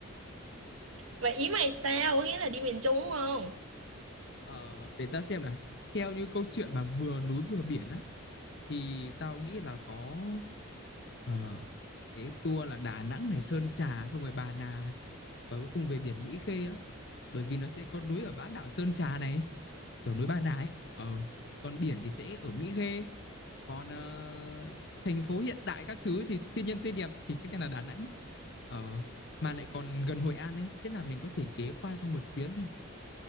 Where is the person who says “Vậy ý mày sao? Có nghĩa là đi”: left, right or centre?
Right